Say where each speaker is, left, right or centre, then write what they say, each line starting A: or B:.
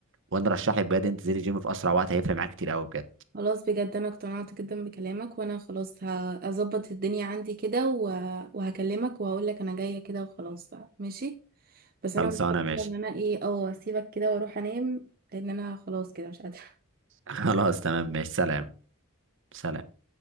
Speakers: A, on the right (about 60°); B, on the right (about 40°).
A: وانا رشح لك بجد انت تنزلي الجيم في اسرع وقت هيفرق معاك كتير قوي بجد
B: خلاص بجد انا اقتنعت جدا بكلامك وانا خلاص هظبط الدنيا عندي كده و- وهكلمك وهقول لك انا جايه كده وخلاص بقى ماشي بس انا
A: خلصانه
B: مضطره
A: ماشي
B: ان انا ايه اه اسيبك كده واروح انام لان انا خلاص كده مش قادره
A: <laughs> خلاص تمام ماشي سلام سلام